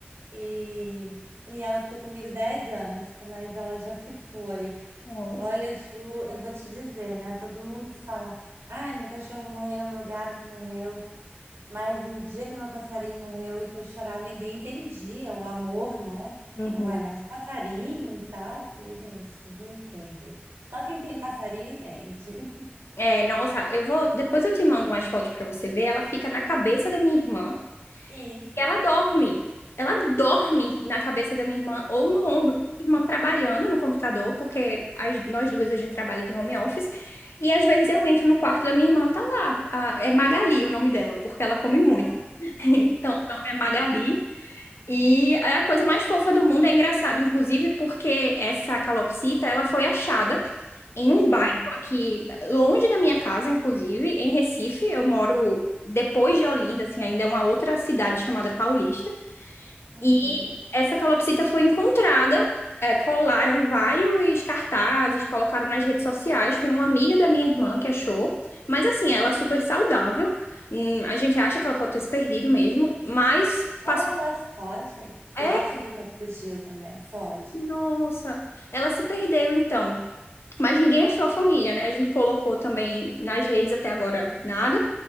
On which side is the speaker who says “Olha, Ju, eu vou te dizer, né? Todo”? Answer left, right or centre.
Right